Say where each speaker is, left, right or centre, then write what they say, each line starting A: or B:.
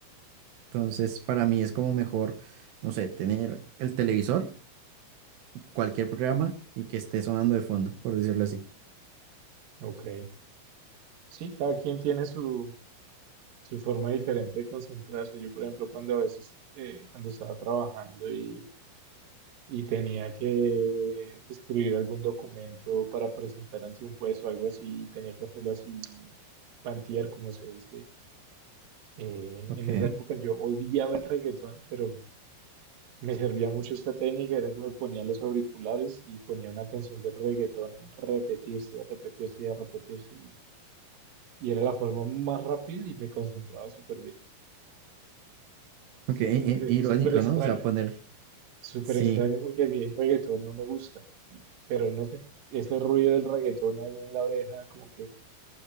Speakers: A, on the right; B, on the right.
A: Entonces, para mí es como mejor, no sé, tener el televisor, cualquier programa y que esté sonando de fondo, por decirlo así.
B: Ok. Sí, cada quien tiene su, su forma diferente de concentrarse. Yo, por ejemplo, cuando a veces, eh, cuando estaba trabajando y, y tenía que escribir algún documento para presentar ante un juez o algo así, y tenía que hacerlo así, pantear, como se dice. eh,
A: Ok,
B: en esa época yo odiaba el reggaetón, pero Me servía mucho esta técnica, era que me ponía los auriculares y ponía una canción de reggaetón repetirse, repetirse, repetirse y, y era la forma más rápida y me concentraba súper bien.
A: ok,
B: Es-
A: i-
B: No sé,
A: i-
B: es
A: irónico,
B: súper extraño,
A: ¿no? O sea, poner,
B: súper
A: sí,
B: extraño porque a mí el reggaetón no me gusta, y- pero no sé, ese ruido del reggaetón ahí en la oreja como que